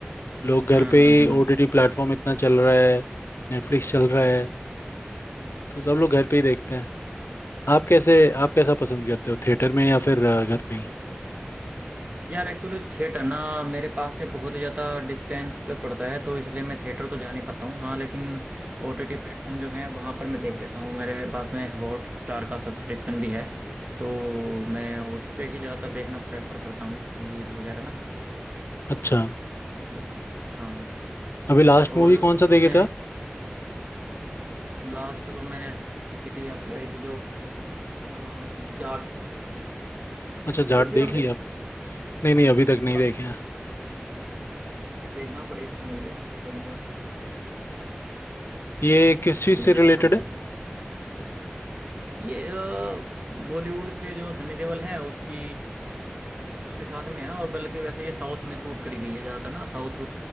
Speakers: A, on the left; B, on the right.
A: लोग घर
B: हम्म
A: पे
B: हम्म
A: ही
B: हम्म
A: ओटीटी प्लेटफॉर्म इतना चल रहा है नेटफ्लिक्स चल रहा है तो सब लोग घर पे ही देखते हैं आप कैसे आप कैसा पसंद करते हो थिएटर में या फिर अ, घर पे ही
B: यार एक्चुअली थिएटर ना मेरे पास से बहुत ही ज़्यादा डिस्टेंस पे पड़ता है तो इसलिए मैं थिएटर तो जा नहीं पाता हूँ हाँ लेकिन ओटीटी प्लेटफॉर्म जो है वहाँ पर मैं देख लेता हूँ मेरे पास में हॉट स्टार का सब्सक्रिप्शन भी है तो मैं उस पे ही ज़्यादातर देखना प्रेफर करता हूँ मूवीज़ वगैरह ना
A: अच्छा
B: बस हाँ
A: अभी लास्ट
B: और
A: मूवी कौन सा
B: इसमें
A: देखे थे आप
B: लास्ट तो मैंने देखी थी आपकी आई थी जो अ, जाट
A: अच्छा जाट
B: देखी
A: देख
B: आपने
A: लिया आप नहीं नहीं अभी तक नहीं
B: हाँ
A: देखे हैं
B: देखना बड़ी अच्छी मूवी है बढ़िया
A: ये किस चीज़
B: सन्नी
A: से
B: देओल
A: रिलेटेड
B: का बढ़िया
A: है
B: ये अ, बॉलीवुड के जो सनी देओल हैं उसकी उसके साथ में है और बल्कि वैसे ये साउथ में शूट करी गई है ज़्यादातर ना साउथ